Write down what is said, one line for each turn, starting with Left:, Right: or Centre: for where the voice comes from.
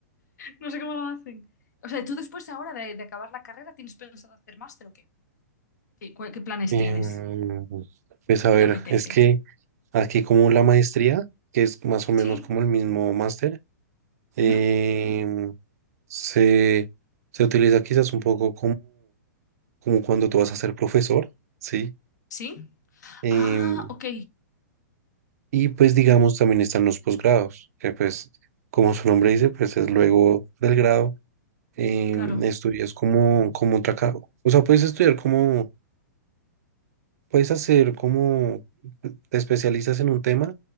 Left: no sé cómo lo hacen. O sea, ¿tú después ahora de, de acabar la carrera tienes pensado hacer máster o qué? ¿Qué, cuál- qué planes
Right: Em,
Left: tienes?
Right: pues a
Left: ¿Qué
Right: ver,
Left: te apetece?
Right: es que aquí como la maestría, que es más o menos
Left: ¿Sí?
Right: como el mismo máster, em,
Left: ¿Ujú?
Right: se, se utiliza quizás un poco como cuando tú vas a ser profesor, ¿sí?
Left: ¿Sí?
Right: Em,
Left: Ah, ok.
Right: y pues digamos también están los posgrados, que pues como su nombre dice, pues es luego del grado, em,
Left: Claro.
Right: estudias como, como otra ca- o sea, puedes estudiar como, puedes hacer como, te especializas en un tema,